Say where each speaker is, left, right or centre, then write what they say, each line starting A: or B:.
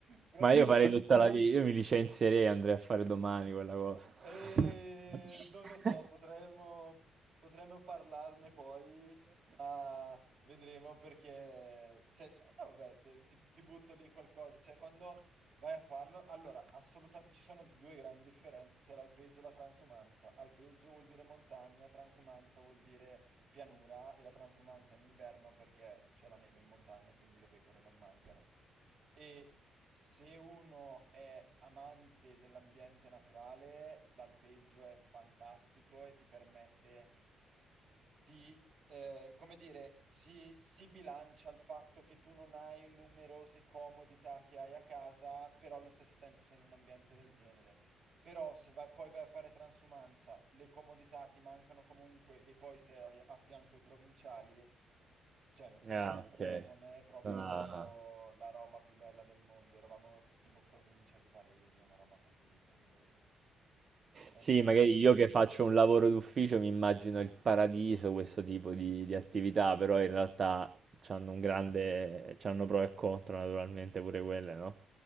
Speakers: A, on the right (about 65°); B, on the right (about 40°).
A: proprio
B: Ma io farei
A: qua-
B: tutta la vita, io mi licenzierei e andrei a fare domani quella cosa.
A: e
B: <laughs>
A: non lo so, potremmo, potremmo parlarne poi, ma vedremo perché... Cioè, no, vabbè, te- ti, ti butto lì qualcosa, cioè quando vai a farlo... Allora, assolutamente, ci sono due grandi differenze, c'è l'alpeggio e la transumanza. Alpeggio vuol dire montagna, transumanza vuol dire pianura e la transumanza in inverno perché c'è la neve in montagna e quindi le pecore non mangiano. E se uno è amante dell'ambiente naturale, l'alpeggio è fantastico e ti permette di, eh, come dire, si, si bilancia il fatto che tu non hai numerose comodità che hai a casa, però allo stesso tempo sei in un ambiente del genere. Però se vai- poi vai a fare transumanza, le comodità ti mancano comunque e poi sei a, a fianco i provinciali, cioè nel senso,
B: Ah, ok.
A: non è proprio
B: Ah.
A: la roba più bella del mondo. Eravamo tipo provincia di Varese, una roba così, quindi non
B: Sì,
A: è stata.
B: magari io che faccio un lavoro d'ufficio mi immagino il paradiso, questo tipo di, di attività, però in realtà c'hanno un grande, c'hanno pro e contro naturalmente pure quelle, no?